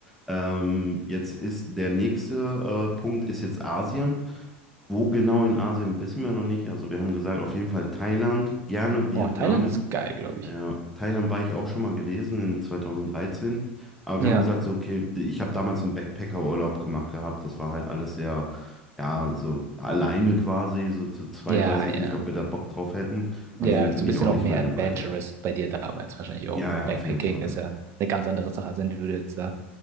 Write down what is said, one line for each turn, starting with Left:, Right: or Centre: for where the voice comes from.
Centre: Ähm, jetzt ist der nächste äh, Punkt ist jetzt Asien. Wo genau in Asien wissen wir noch nicht. Also wir haben gesagt, auf jeden Fall Thailand, gerne Vietnam.
Right: Oh, Thailand ist geil, glaube ich.
Centre: Ja, Thailand war ich auch schon mal gewesen in 2013. Aber wir
Right: Ja,
Centre: haben gesagt, so, okay, ich habe damals einen Backpacker-Urlaub gemacht gehabt. Das war halt alles sehr, ja, so alleine quasi. So zu zweit
Right: ja,
Centre: weiß ich
Right: ja.
Centre: nicht, ob wir da Bock drauf hätten. Vor
Right: Ja,
Centre: allen Dingen
Right: so
Centre: bin
Right: ein
Centre: ich
Right: bisschen
Centre: auch nicht
Right: auch mehr
Centre: mehr in
Right: adventurous
Centre: dem Alter.
Right: bei dir damals wahrscheinlich auch.
Centre: Ja,
Right: Mit
Centre: ja,
Right: Backpacking
Centre: auf jeden Fall.
Right: ist ja eine ganz andere Sache, als wenn du jetzt da